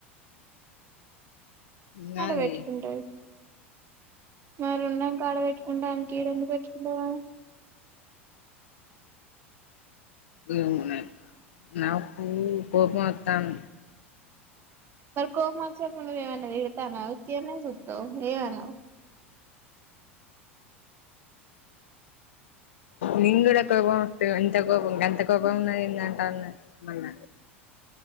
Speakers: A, on the left; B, on the right.
A: ఉన్నది
B: ఆడ పెట్టుకుంటారు మరి ఉన్నాంక ఆడ పెట్టకుంటా అని ఈ డెందుకు పెట్టుకుంటావ
A: ఏమోనె నాకు కోపం వత్తాను
B: మరి కోపం వస్తే నువ్వు ఏమన్న చేస్తానావ్ తీరన చూస్తవ ఏమ్ అనవు
A: నేను కూడా కోపం వేస్తే ఇంత కోపం ఎంత కోపం ఉన్నదింటాన్నా మొన్న